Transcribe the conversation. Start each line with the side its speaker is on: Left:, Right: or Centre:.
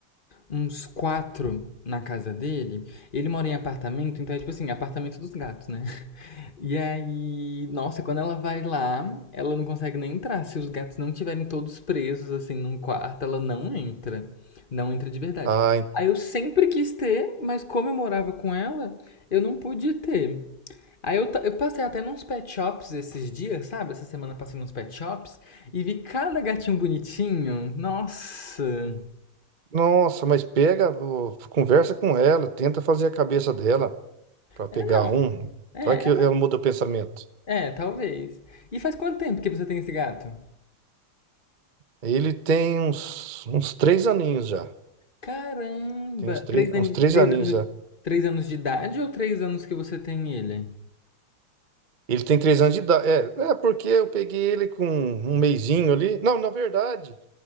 Left: uns quatro na casa dele. Ele mora em apartamento, então é tipo assim, apartamento dos gatos, né? <laughs> E aí, nossa, quando ela vai lá, ela não consegue nem entrar. Se os gatos não tiverem todos presos, assim, num quarto, ela não entra. Não entra de verdade.
Right: Ai,
Left: Aí eu sempre quis ter, mas como eu morava com ela, eu não pude ter. Aí eu, eu passei até nos pet shops esses dias, sabe? Essa semana passei nos pet shops e vi cada gatinho bonitinho. Nossa!
Right: nossa, mas pega, ô, conversa com ela, tenta fazer a cabeça dela pra pegar
Left: É, não.
Right: um,
Left: É,
Right: vai que
Left: ela-
Right: ela muda o pensamento.
Left: é, talvez. E faz quanto tempo que você tem esse gato?
Right: Ele tem uns, uns três aninhos já.
Left: Caramba!
Right: Tem uns, três
Left: Três, ani-
Right: uns três
Left: três
Right: aninhos
Left: anos,
Right: já.
Left: três anos de idade ou três anos que você tem ele?
Right: Ele tem três anos de idade. É, é porque eu peguei ele com um mesinho ali. Não, na verdade,